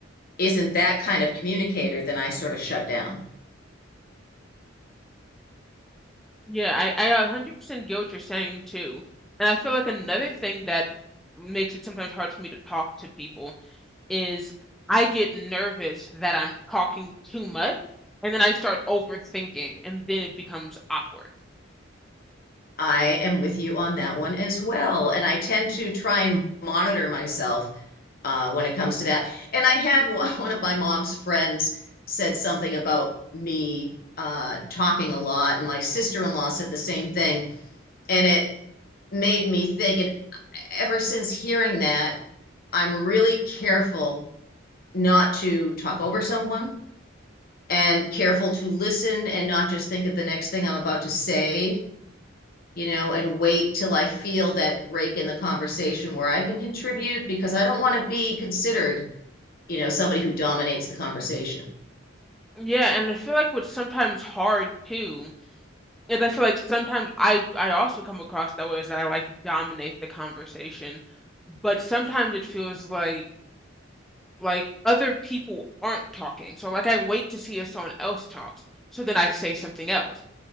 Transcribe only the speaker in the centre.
Yeah, I, I 100% get what you're saying too. And I feel like another thing that makes it sometimes hard for me to talk to people is I get nervous that I'm talking too much and then I start overthinking and then it becomes awkward.
Yeah, and I feel like what's sometimes hard too And I feel like sometimes I I also come across that way as I like dominate the conversation, but sometimes it feels like like other people aren't talking. So like I wait to see if someone else talks, so then I say something else.